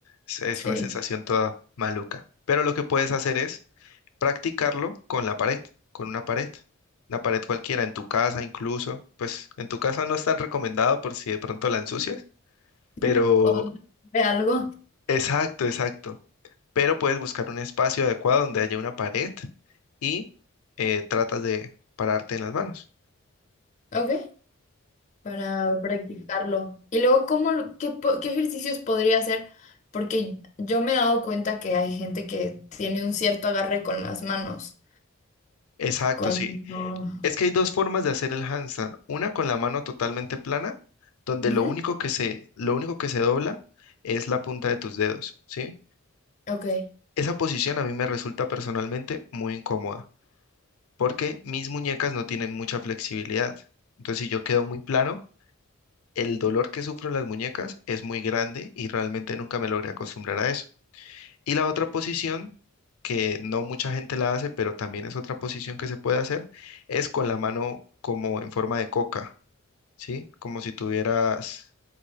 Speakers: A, on the left; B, on the left.
A: Es es
B: sí,
A: una sensación toda maluca. Pero lo que puedes hacer es practicarlo con la pared, con una pared, una pared cualquiera, en tu casa incluso. Pues en tu casa no es tan recomendado por si de pronto la ensucias
B: <laughs>
A: Pero,
B: o de algo,
A: exacto, exacto. Pero puedes buscar un espacio adecuado donde haya una pared y eh, tratas de pararte en las manos.
B: ¿ok? Para practicarlo. Y luego, ¿cómo, lo- qué, po- qué ejercicios podría hacer? Porque yo me he dado cuenta que hay gente que tiene un cierto agarre con las manos.
A: Exacto,
B: Cuando...
A: sí. Es que hay dos formas de hacer el handstand. Una con la mano totalmente plana, donde
B: Ujú,
A: lo único que se, lo único que se dobla es la punta de tus dedos, ¿sí?
B: Ok,
A: Esa posición a mí me resulta personalmente muy incómoda, porque mis muñecas no tienen mucha flexibilidad. Entonces, si yo quedo muy plano, el dolor que sufro en las muñecas es muy grande y realmente nunca me logré acostumbrar a eso. Y la otra posición, que no mucha gente la hace, pero también es otra posición que se puede hacer, es con la mano como en forma de coca, ¿sí? Como si tuvieras